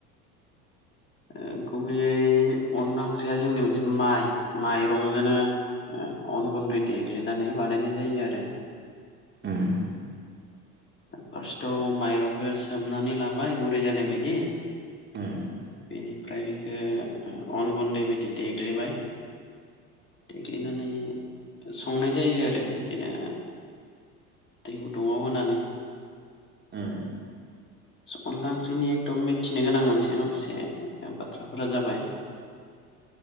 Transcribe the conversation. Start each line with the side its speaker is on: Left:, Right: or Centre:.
Right: <inaudible>
Left: ओ गुबैयै अनला ओंख्रिया जोंनि मोनसे माइ माइरंजोंनो ओ अन गुन्दै देग्लिनानै बानायनाय जायो आरो
Right: ओम
Left: फास्तआव माइरंखो सोमनानै लाबाय गुरि जानाय बायदि
Right: ओम
Left: बेनिफ्राय बेखो ओ अन गुन्दै बायदि देग्लेबाय देग्लिनानै संनाय जायो आरो बिदिनो दै गुदुङाव होनानै
Right: ओम
Left: अनला ओंख्रिनि एकदम मिथिनो गोनां मोनसे माखासे बाथ्राफोरा जाबाय